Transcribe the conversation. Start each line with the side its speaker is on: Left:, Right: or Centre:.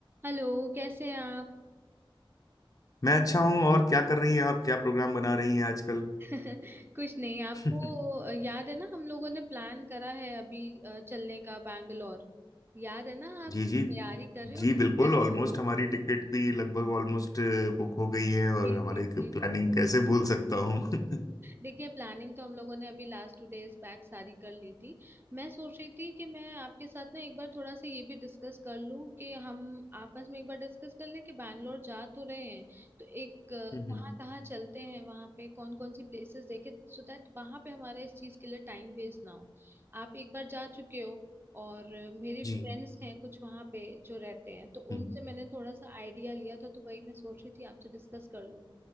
Right: Hello कैसे हैं आप
Left: मैं अच्छा हूँ और क्या कर रही हैं आप क्या प्रोग्राम बना रही हैं आजकल
Right: <laughs> कुछ नहीं आपको
Left: <laughs>
Right: याद है ना हम लोगों ने प्लान करा है अभी अ, चलने का बैंगलोर याद है ना आप
Left: जी जी
Right: तैयारी कर रहे हो
Left: जी
Right: कि
Left: बिल्कुल
Right: नहीं कर रहे
Left: ऑलमोस्ट हमारी
Right: हो
Left: टिकट भी लगभग ऑलमोस्ट बुक हो गई है
Right: <laughs>
Left: और
Right: जी
Left: हमारी
Right: जी जी
Left: प्लानिंग कैसे भूल सकता हूँ <laughs> जी
Right: देखिए प्लानिंग तो हम लोगों ने अभी लास्ट टू डेज बैक सारी कर ली थी मैं सोच रही थी कि मैं आपके साथ ना एक बार थोड़ा सा ये भी डिस्कस कर लूं कि हम आपस में एक बार डिस्कस कर लें कि बैंगलोर जा तो रहे हैं तो एक अ,
Left: हम्म
Right: कहाँ कहाँ चलते हैं वहाँ पे कौन कौन सी प्लेसेस देखे सो दैट वहाँ पे हमारा इस चीज़ के लिए टाइम वेस्ट ना हो आप एक बार जा चुके हो और मेरे
Left: जी
Right: फ्रेंड्स हैं कुछ वहाँ पे जो रहते हैं तो
Left: हम्म
Right: उनसे मैंने थोड़ा सा आइडिया लिया था तो वही मैं सोच रही थी आपसे डिस्कस कर लूं